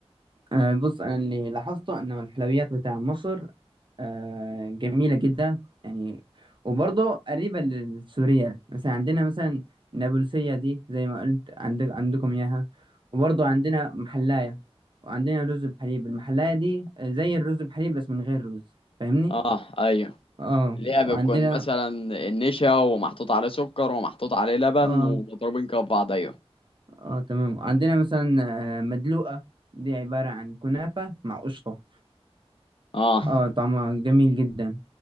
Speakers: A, on the right (about 50°); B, on the left (about 60°).
A: آه، بص انا اللي لاحظته ان الحلويات بتاع مصر آه، جميله جدا يعني وبرضه قريبه للسوريه مثلا عندنا مثلا النابلسيه دي زي ما قلت عندك عندكم اياها وبرضه عندنا محلايه وعندنا رز بحليب المحلايه دي آه، زي الرز بحليب بس من غير رز فاهمني
B: اه ايوه
A: اه
B: ليها
A: وعندنا
B: بتكون مثلا النشا ومحطوط عليه سكر ومحطوط عليه لبن
A: اه
B: ومضروبين كف بعض ايوه
A: اه تمام وعندنا مثلا آه، مدلوقه دي عباره عن كنافه مع قشطه
B: اه
A: اه طعمها جميل جدا